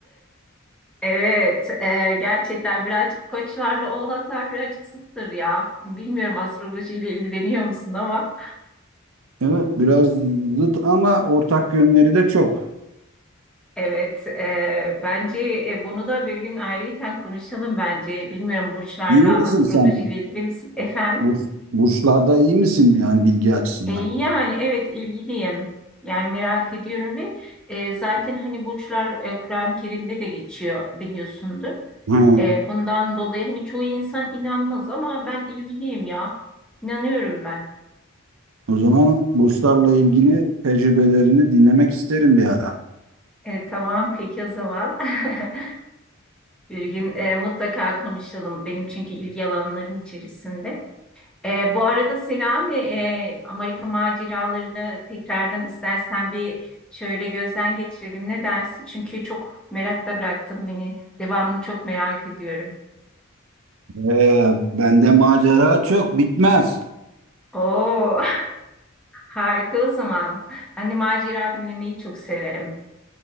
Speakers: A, in the centre; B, on the right.
A: Evet, e, gerçekten birazcık koçlarla oğlaklar birazcık zıttır ya. Bilmiyorum astrolojiyle ilgileniyor musun ama
B: Evet, biraz zıt ama ortak yönleri de çok.
A: evet, e, bence e, bunu da bir gün ayrıyeten konuşalım bence. Bilmiyorum burçlarla
B: İyi misin
A: astrolojiyle
B: sen?
A: ilgili misin efendim?
B: Bur burçlarda iyi misin yani bilgi açısından?
A: E, yani evet ilgiliyim. Yani merak ediyorum ve e, zaten hani burçlar e, Kur'an-ı Kerim'de de geçiyor biliyorsundur.
B: Ha,
A: E, bundan dolayı hani çoğu insan inanmaz ama ben ilgiliyim ya. İnanıyorum ben.
B: o zaman burçlarla ilgili tecrübelerini dinlemek isterim bir ara.
A: E, tamam peki o zaman. <laughs> Bir gün e, mutlaka konuşalım. Benim çünkü ilgi alanlarım içerisinde. E, bu arada Selami, e, Amerika maceralarını tekrardan istersen bir şöyle gözden geçirelim. Ne dersin? Çünkü çok merakta bıraktın beni. Devamını çok merak ediyorum.
B: Ee, bende macera çok bitmez.
A: Oo, <laughs> harika o zaman. Ben de macera dinlemeyi çok severim.